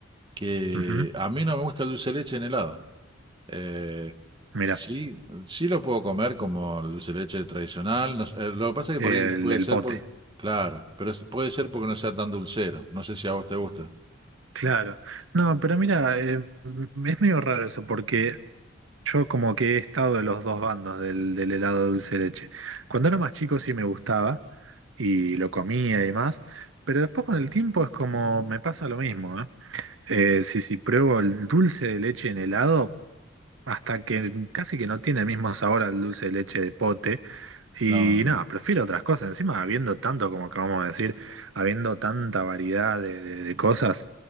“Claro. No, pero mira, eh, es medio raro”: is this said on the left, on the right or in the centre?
Right